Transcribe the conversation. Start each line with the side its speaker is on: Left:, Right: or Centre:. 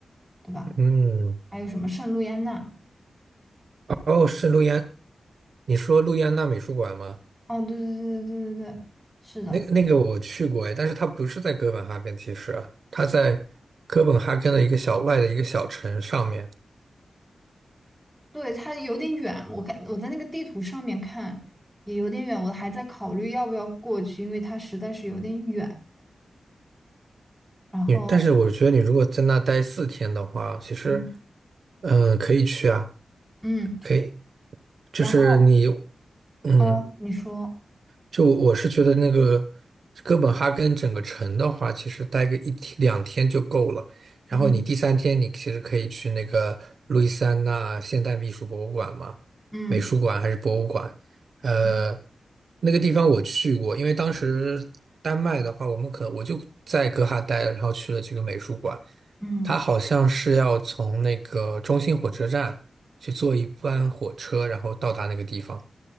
Centre: 对吧？
Right: 嗯，
Centre: 还有什么圣路易安娜？
Right: 哦，是路易安，你说路易安娜美术馆吗？
Centre: 哦，对对对对对对对，是的。
Right: 那个那个我去过哎，但是它不是在哥本哈根，其实它在哥本哈根的一个小外的一个小城上面。
Centre: 对，它有点远，我看我在那个地图上面看也有点远，我还在考虑要不要过去，因为它实在是有点远。然后，
Right: 你，但是我觉得你如果在那待四天的话，其实，
Centre: 嗯
Right: 嗯、可以去啊，
Centre: 嗯，
Right: 可以，就是你，
Centre: 然后
Right: 嗯，
Centre: 嗯你说，
Right: 就我我是觉得那个哥本哈根整个城的话，其实待个一天两天就够了。然后你第三天，
Centre: 嗯
Right: 你其实可以去那个路易斯安那现代艺术博物馆嘛，
Centre: 嗯
Right: 美术馆还是博物馆？呃，
Centre: 嗯
Right: 那个地方我去过，因为当时丹麦的话，我们可我就在哥哈待了，然后去了这个美术馆。
Centre: 嗯，
Right: 它好像是要从那个中心火车站去坐一班火车，然后到达那个地方。